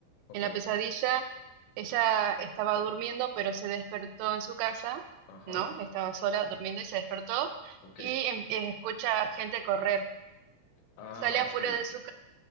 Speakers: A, on the left (about 85°); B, on the right (about 85°).
A: ok,
B: En la pesadilla ella estaba
A: te entiendo.
B: durmiendo, pero se despertó en su casa,
A: Ajá,
B: ¿no? Estaba sola durmiendo y se despertó
A: ok.
B: y em- eh, escucha gente correr.
A: Ah,
B: Sale
A: ok.
B: afuera de su